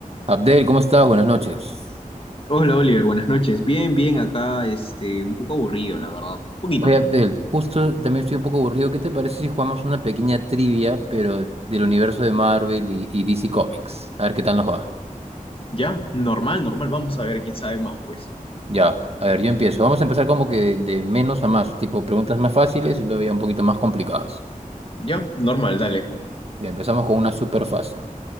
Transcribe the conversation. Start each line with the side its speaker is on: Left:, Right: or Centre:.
Right: Abdel, ¿cómo estás? Buenas noches.
Left: Hola Oliver, buenas noches. Bien, bien, acá este, un poco aburrido, la verdad. Un poquito.
Right: Oye, Abdel, justo también estoy un poco aburrido. ¿Qué te parece si jugamos una pequeña trivia, pero del universo de Marvel y, y DC Comics? A ver qué tal nos va.
Left: Ya, normal, normal. Vamos a ver quién sabe más, pues.
Right: Ya, a ver, yo empiezo. Vamos a empezar como que de, de menos a más, tipo preguntas más fáciles y luego ya un poquito más complicadas.
Left: Ya, normal, dale.
Right: Ya empezamos con una súper fácil.